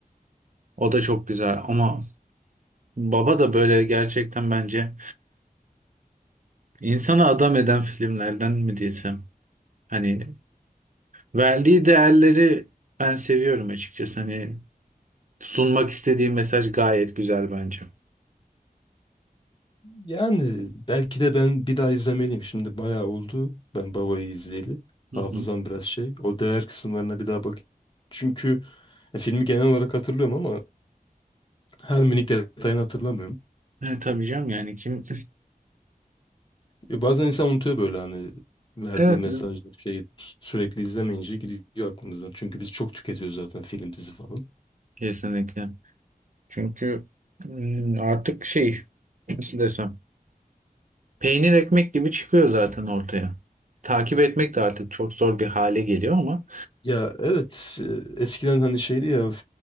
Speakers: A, on the right; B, on the left.
A: O da çok güzel ama Baba da böyle gerçekten bence insana adam eden filmlerden mi desem. Hani verdiği değerleri ben seviyorum açıkçası. Hani Sunmak istediği mesaj gayet güzel bence.
B: Yani belki de ben bir daha izlemeliyim. Şimdi bayağı oldu ben Baba'yı izleyeli. Hafızam
A: Hı hı.
B: biraz şey. O değer kısımlarına bir daha bakayım. Çünkü e, filmi genel olarak hatırlıyorum ama her minik detayını hatırlamıyorum.
A: Evet tabii canım yani kim?
B: E, bazen insan unutuyor böyle hani verdiği
A: Evet.
B: mesajlar şey sürekli izlemeyince gidiyor aklımızdan. Çünkü biz çok tüketiyoruz zaten film dizi falan.
A: Kesinlikle. Çünkü mm, artık şey nasıl desem peynir ekmek gibi çıkıyor zaten ortaya. Takip etmek de artık çok zor bir hale geliyor ama
B: Ya evet e, eskiden hani şeydi ya f-